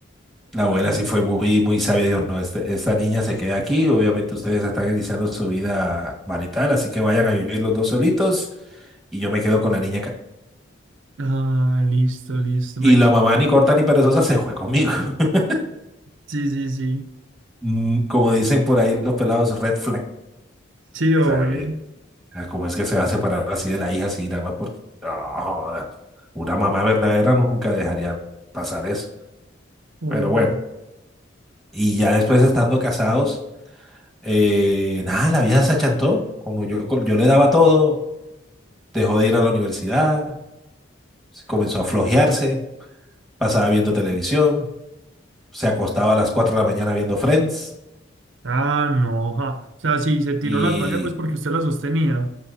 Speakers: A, in the centre; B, on the right.
A: La abuela
B: Ay,
A: sí fue muy, muy sabia, dijo, no, este- esta niña se queda aquí, obviamente ustedes están iniciando su vida marital, así que vayan a vivir los dos solitos y yo me quedo con la niña acá.
B: Ah, listo, listo.
A: Y
B: No hay-
A: la mamá ni corta ni perezosa se fue conmigo. <laughs>
B: Sí, sí, sí.
A: Mm, Como dicen por ahí los pelados, red flag.
B: Sí, obvio.
A: O sea, eh, ah, ¿cómo es que se va a separar así de la hija, así nada más porque... No, joda. Una mamá verdadera nunca dejaría pasar eso.
B: obvio.
A: Pero bueno, y ya después estando casados, eh, nada, la vida se achantó. Como yo, co- yo le daba todo. dejó de ir a la universidad, se comenzó a flojearse, pasaba viendo televisión, se acostaba a las 4 de la mañana viendo Friends
B: Ah, no, ja. O sea, sí, se tiró
A: y,
B: la toalla pues porque usted la sostenía.